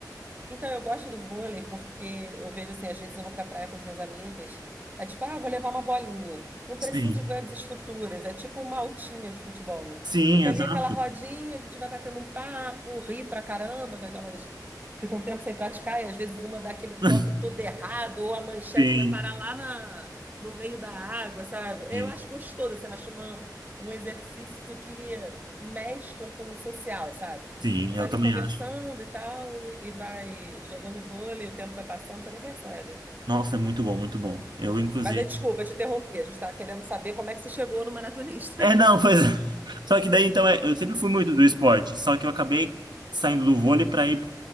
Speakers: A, on the right; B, on the right.
A: Então, eu gosto do vôlei porque eu vejo assim, às vezes eu vou pra praia com as minhas amigas, é tipo, ah, vou levar uma bolinha. Não
B: Sim.
A: precisa de grandes estruturas, é tipo uma altinha de futebol, né?
B: Sim,
A: Fica
B: exato.
A: ali aquela rodinha, a gente vai batendo um papo, ri pra caramba, com aquelas... Fica um tempo sem praticar e às vezes uma dá aquele toque
B: <laughs>
A: todo errado ou a manchete
B: Sim.
A: vai parar lá na... no meio da água, sabe?
B: sim.
A: Eu acho gostoso, assim, eu acho uma... um exercício que mescla com o social, sabe?
B: Sim, eu
A: tá ali
B: também
A: conversando
B: acho.
A: e tal, e, e vai jogando vôlei, o tempo vai passando, você nem percebe.
B: Nossa, é muito bom, muito bom. Eu, inclusive.
A: Mas aí, desculpa, te interrompi, a gente tá querendo saber como é que você chegou no maratonista.
B: É, não, pois. é. <laughs> Só que daí, então, é, eu sempre fui muito do esporte, só que eu acabei saindo do vôlei para ir